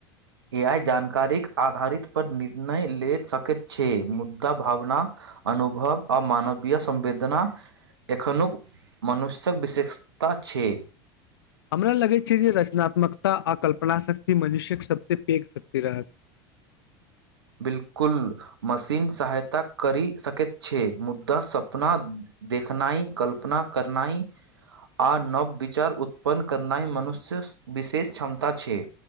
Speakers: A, on the right (about 80°); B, on the left (about 75°).
A: ए आइ जानकारी आधारित पर निर्णय ले सकैत छै मुद्दा भावना अनुभव आ मानवीय संवेदना एखनहुक मनुष्यक विशेषता छै
B: हमरा लगै छै जे रचनात्मकता आ कल्पना शक्ति मनुष्यक सभसँ पैघ शक्ति रहत <inaudible>
A: बिल्कुल मशीन सहायता करि सकैत छै मुदा सपना दे लिखनाइ कल्पना करनाइ आ नव विचार उत्पन्न करनाइ मनुष्य विशेष क्षमता छै